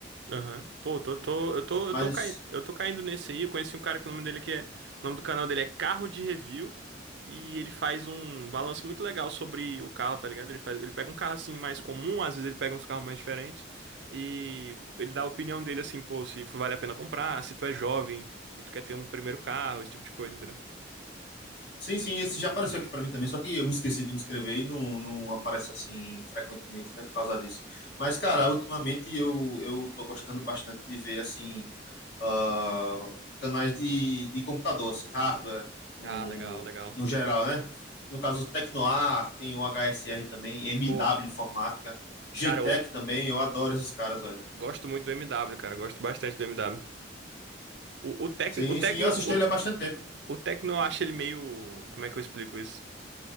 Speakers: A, on the right; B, on the left.
A: Aham. Pô, tô, tô, eu tô, eu
B: Mas
A: tô caindo, eu tô caindo nesse aí. Eu conheci um cara que o nome dele que é, o nome do canal dele é Carro de Review e ele faz um balanço muito legal sobre o carro, tá ligado? Ele faz, ele pega um carro assim mais comum, às vezes ele pega uns carros mais diferentes e ele dá a opinião dele assim, pô, se vale a pena comprar, se tu é jovem e tu quer ter um primeiro carro, esse tipo de coisa, entendeu?
B: sim, sim, esse já apareceu aqui pra mim também, só que eu me esqueci de me inscrever e não, não aparece assim frequentemente, né, por causa disso. Mas cara, ultimamente eu eu tô gostando bastante de ver assim ah, canais de, de computador, assim, hardware, no,
A: Ah, legal, legal.
B: no geral, né? No caso, o Tecnoar, tem o HSR também, MW
A: Pô,
B: Informática, g
A: cara,
B: GTEC
A: eu
B: também, eu adoro esses caras, olha.
A: gosto muito do MW, cara, eu gosto bastante do MW. O, o Tecno,
B: Sim,
A: o Tecno,
B: sim, eu assisto
A: o,
B: ele há bastante tempo.
A: o Tecno eu acho ele meio, como é que eu explico isso?